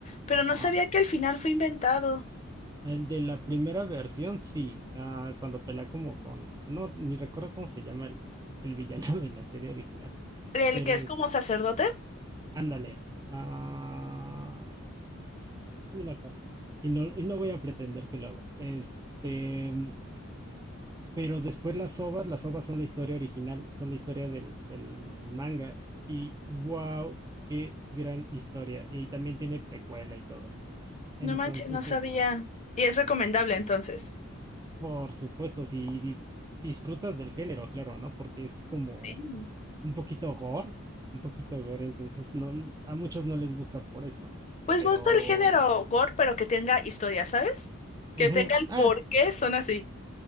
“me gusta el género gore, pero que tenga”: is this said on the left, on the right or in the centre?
Left